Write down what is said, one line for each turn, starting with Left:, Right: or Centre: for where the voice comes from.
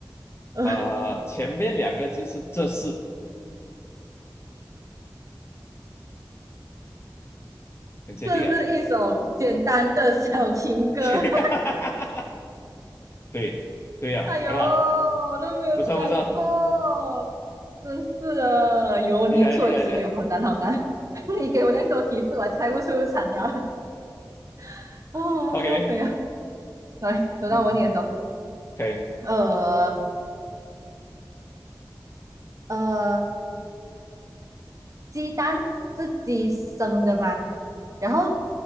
Right: <laughs> 呃，
Left: 啊、前面两个字是“这是”，很接近啊。
Right: 这是一首简单的小情歌。
Left: <laughs>
Right: <laughs>
Left: 对对呀、
Right: 哎呦，
Left: 很好，
Right: 我都没有讲过，
Left: 不错不错，
Right: 真是的。有你出题，
Left: 厉害厉害厉害。
Right: 哎呦，好难好难。<laughs> 你给我那么多提示，我还猜不出惨鸟啊，<laughs> 哦，
Left: OK，
Right: 掉飞啊！来，轮到我问你的时候，
Left: 嗯，可以，
Right: 呃呃，鸡蛋是鸡生的吗？然后